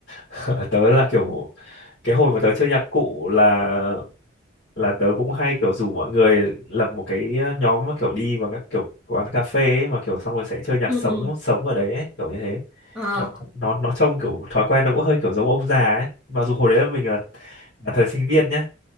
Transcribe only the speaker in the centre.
ừ
ừ
ờ